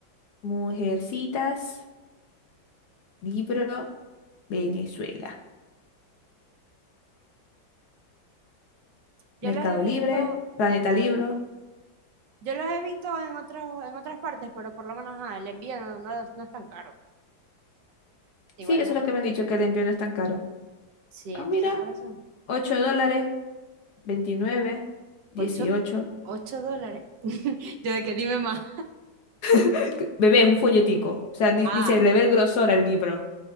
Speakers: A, on the left; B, on the right.
A: Mujercitas, libro, Venezuela.
B: Yo
A: Mercado
B: los he visto,
A: Libre, Planeta Libro.
B: yo los he visto en otros, en otras partes, pero por lo menos ajá, el envío no, no, no es tan caro. Igual
A: Sí, eso
B: no.
A: es lo que me han dicho, que el envío no es tan caro.
B: Sí,
A: Ah,
B: entonces
A: mira,
B: por eso. no.
A: 8 dólares, 29, 18.
B: Ocho, ocho dólares. <laughs> Yo de que dime más.
A: <laughs> Bebé, es un folletico. O sea, ni,
B: Ah,
A: ni se le ve el grosor al libro.